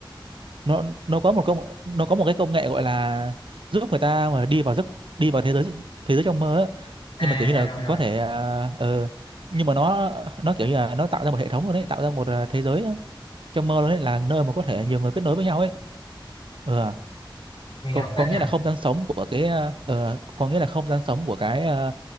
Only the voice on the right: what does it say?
nó nó có một công nó có một cái công nghệ gọi là giúp người ta mà đi vào giấc đi vào thế giới thế giới trong mơ á.
nhưng mà kiểu như là
có thể à, ờ, nhưng mà nó nó kiểu như là nó tạo ra một hệ thống luôn đấy tạo ra một à, thế giới trong mơ luôn đấy là nơi mà có thể nhiều người kết nối với nhau ấy ừ,
có
có
nghĩa
là không gian sống của cái à, ờ, có nghĩa là không gian sống của cái à,